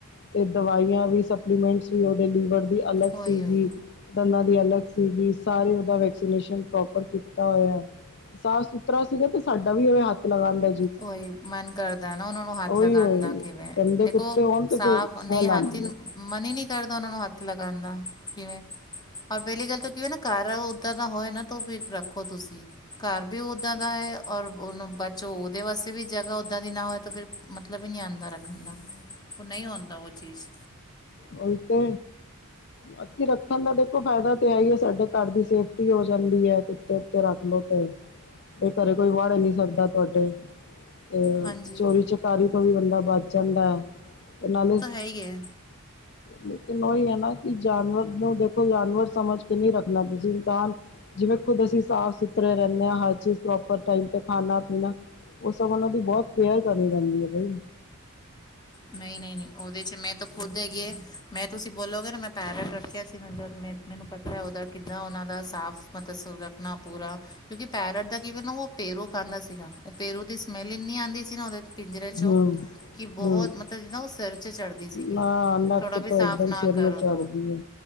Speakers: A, on the left; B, on the left.
A: ਤੇ ਦਵਾਈਆਂ ਵੀ ਸਪਲੀਮੈਂਟਸ ਵੀ ਉਹਦੇ ਲੀਵਰ ਦੀ ਅਲੱਗ
B: ਉਹੀ
A: ਸੀਗੀ।
B: ਉਹੀ
A: ਦੰਦਾਂ ਦੀ ਅਲੱਗ ਸੀਗੀ ਸਾਰੇ ਉਹਦਾ ਵੈਕਸੀਨੇਸ਼ਨ ਪ੍ਰੋਪਰ ਕੀਤਾ ਹੋਇਆ ਐ। ਸਾਫ਼ ਸੁਥਰਾ ਸੀਗਾ ਤੇ ਸਾਡਾ ਵੀ ਇਹ ਹੱਥ ਲਗਾਂਦਾ।
B: ਉਹੀ ਮਨ ਕਰਦਾ ਨਾ ਉਹਨਾਂ ਨੂੰ ਹੱਥ
A: ਉਹੀ
B: ਲਗਾਣ
A: ਹੋਏ
B: ਦਾ ਕਿਵੇਂ
A: ਗੰਦੇ
B: ਦੇਖੋ
A: ਕੁੱਤੇ ਹੋਣ ਤੇ
B: ਸਾਫ਼
A: ਫਿਰ ਸਮੈਲ
B: ਨਈ ਹੱਥ
A: ਆਉਂਦੀ
B: ਹੀ
A: ਹੈ।
B: ਮਨ ਈ ਨੀ ਕਰਦਾ ਉਹਨਾਂ ਨੂੰ ਹੱਥ ਲਗਾਣ ਦਾ ਕਿਵੇਂ ਔਰ ਪੈਲੀ ਗੱਲ ਤੋਂ ਕਿਵੇਂ ਨਾ ਸਾਰਾ ਓਦਾਂ ਦਾ ਹੋਏ ਨਾ ਤ ਫਿਰ ਰੱਖੋ ਤੁਸੀ ਘਰ ਵੀ ਓਦਾਂ ਦਾ ਹੈ ਔਰ ਉਨੂੰ ਬਚੋ ਦੇ ਵਾਸਤੇ ਵੀ ਜਗ੍ਹਾ ਓਦਾਂ ਦੀ ਨਾ ਹੋਵੇ ਤਾਂ ਫਿਰ ਮਤਲਬ ਈ ਨਈ ਆਂਦਾ ਰੱਖਣ ਦਾ ਓ ਨਈ ਹੁੰਦਾ ਓ ਚੀਜ਼
A: ਉਹੀ ਤੇ ਬਾਕੀ ਰੱਖਣ ਦਾ ਦੇਖੋ ਫਾਇਦਾ ਤੇ ਆ ਹੀ ਹੈ ਸਾਡੇ ਘਰ ਦੀ ਸੇਫਟੀ ਹੋ ਜਾਂਦੀ ਹੈ ਕੁੱਤੇ ਉੱਤੇ ਰੱਖ ਲੋ ਤੇ ਇਹ ਘਰੇ ਕੋਈ ਵੜ ਨਈ ਸਕਦਾ ਤੁਹਾਡੇ ਤੇ
B: ਹਾਂਜੀ
A: ਚੋਰੀ ਚਕਾਰੀ ਤੋਂ ਵੀ ਬੰਦਾ ਬਚ ਜਾਂਦਾ ਐ ਤੇ ਨਾਲੇ
B: ਸਈ ਐ।
A: ਲੇਕਿਨ ਉਹੀ ਹੈ ਨਾ ਕਿ ਜਾਨਵਰ ਨੂੰ ਦੇਖੋ ਜਾਨਵਰ ਸਮਝ ਕੇ ਨਈ ਰੱਖਣਾ ਤੁਸੀਂ ਇਨਸਾਨ ਜਿਵੇਂ ਖੁਦ ਅਸੀਂ ਸਾਫ਼ ਸੁਥਰੇ ਰੈਣੇ ਹਾਂ ਹਰ ਚੀਜ਼ ਪ੍ਰੋਪਰ ਖਾਣਾ ਪੀਣਾ ਓ ਸਭ ਉਹਨਾਂ ਦੀ ਬੋਤ ਕੇਅਰ ਕਰਨੀ ਪੈਂਦੀ ਏ ਬਈ
B: ਨਈ-ਨਈ-ਨਈ ਉਹਦੇ 'ਚ ਮੈਂ ਤਾਂ ਖੁਦ ਹੈਗੀ ਮੈਂ ਤੁਸੀਂ ਬੋਲੋਗੇ ਨਾ ਮੈਂ ਪੈਰਟ ਰੱਖਿਆ ਸੀ ਨਾ ਮ ਮੈਨੂੰ ਪਤ ਉਹਦਾ ਕਿੱਦਾਂ ਉਹਨਾਂ ਦਾ ਸਾਫ਼ ਸ ਮਤਲਬ ਰੱਖਣਾ ਪੂਰਾ ਕਿਉਂਕਿ ਪੈਰਟ ਦਾ ਕਿਵੇਂ ਨਾ ਉਹ ਪੇਰੂ ਖਾਂਦਾ ਸੀਗਾ ਉਹ ਪੇਰੂ ਦੀ ਸਮੈਲ ਇੰਨੀ ਆਂਦੀ ਸੀ ਨਾ ਉਹਦੇ ਪਿੰਜਰ ਚੋਂ
A: ਹੂੰ
B: ਕਿ ਬਹੁਤ
A: ਹੂੰ
B: ਮਤਲਬ ਨਾ ਓ ਸਿਰ 'ਚ ਚੜ੍ਹਦੀ ਸੀਗੀ
A: ਨਾ ਨੱਕ
B: ਥੋੜ੍ਹਾ ਵੀ
A: ਤੋਂ
B: ਸਾਫ਼
A: ਇੱਕਦਮ
B: ਨਾ
A: ਸਿਰ ਨੂੰ
B: ਕਰੋ
A: ਚੜ੍ਹਦੀ
B: ਤੋ
A: ਹੈ